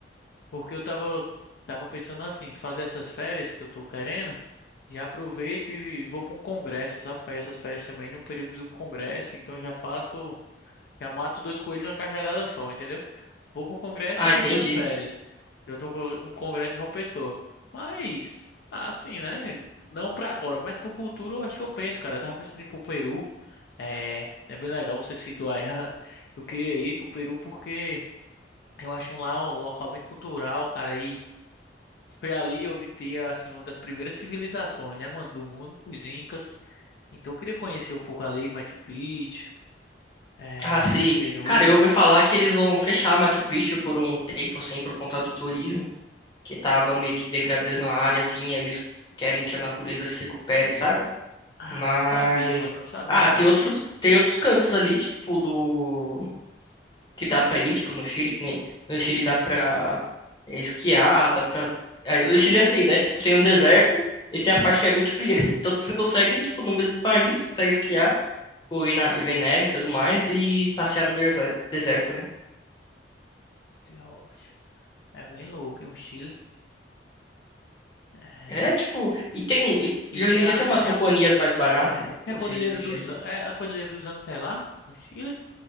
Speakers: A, on the left; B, on the left.
A: Porque eu tava, tava pensando assim, fazer essas férias que eu tô querendo, já aproveito e vou pra um congresso, sabe? Pegar essas férias também num período de um congresso, então já faço, já mato dois coelhos numa cajadada só, entendeu? Vou pro congresso
B: Ah,
A: e curto
B: entendi.
A: as férias. Eu tô com um congresso de João Pessoa. Mas, assim, né? Não pra agora, mas pro futuro eu acho que eu penso, cara. Eu tava pensando em ir pro Peru. É, é bem legal você situar. <laughs> aí. Eu queria ir pro Peru porque eu acho lá um local bem cultural, cara, aí foi ali onde tinha, assim, uma das primeiras civilizações, né, mano, do mundo, os Incas. Então eu queria conhecer um pouco ali, Machu Picchu, é,
B: Ah, sim.
A: Peru.
B: Cara, eu ouvi falar que eles vão fechar Machu Picchu por um tempo, assim, por conta do turismo, que tava meio que degradando a área, assim, aí eles querem que a natureza se recupere, sabe?
A: Ah,
B: Mas.
A: não sabia, mano, não sabia
B: Ah,
A: disso.
B: tem outros, tem outros cantos ali, tipo, do. que dá pra ir, tipo, no Chile, que nem. No Chile dá pra é, esquiar, dá pra. Ah, O Chile é assim, né? Tipo, tem um deserto e tem a parte que é muito fria. <laughs> Então você consegue, tipo, no mesmo país, você consegue esquiar, ou ir na, e ver neve e tudo mais, e passear no deser- deserto, né?
A: De rocha. É bem louco, hein, o Chile. É,
B: É, tipo, e tem. E
A: e
B: e
A: tem
B: hoje em
A: a,
B: dia tem
A: a-
B: umas
A: tem
B: companhias
A: a, co- e-
B: mais baratas,
A: é, tem a
B: assim,
A: Cordilheira
B: tipo, de
A: dos
B: avião.
A: An- é a Cordilheira dos Andes, sei lá, no Chile.